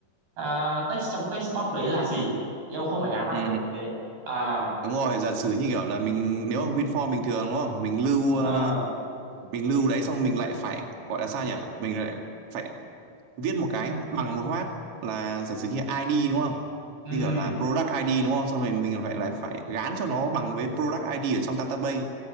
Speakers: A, on the right; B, on the right.
A: à, text trong text box đấy là gì thì ông không phải gán lại
B: Ừ.
A: ngược như thế à
B: Đúng rồi, giả sử như kiểu là mình nếu mà WinForm bình thường đúng không? Mình lưu
A: ờ,
B: ờ, mình lưu đấy xong mình lại phải gọi là sao nhỉ? Mình lại phải viết một cái bằng một phát là giả sử như là ID đúng không?
A: ừ
B: Như kiểu là product ID đúng không? Xong rồi mình phải lại phải gán cho nó bằng với product ID ở trong database.